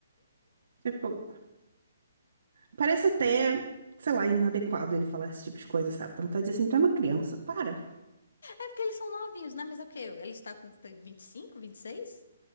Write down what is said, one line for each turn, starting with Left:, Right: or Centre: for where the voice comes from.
Right: Tipo, parece até, sei lá, inadequado ele falar esse tipo de coisa, sabe? Dá vontade de dizer assim, tu é uma criança, para.
Left: É porque eles são novinhos, né? Mas é o quê? Ele está com vinte e 26?